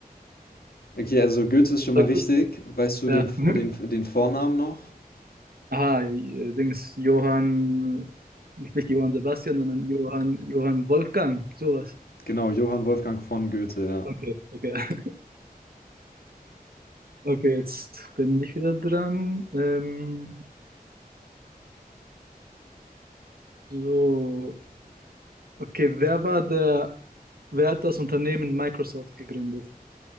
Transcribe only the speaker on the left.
Okay, also Goethe ist schon mal
richtig.
Weißt du
den,
den, den Vornamen noch?
Genau, Johann Wolfgang von Goethe, ja.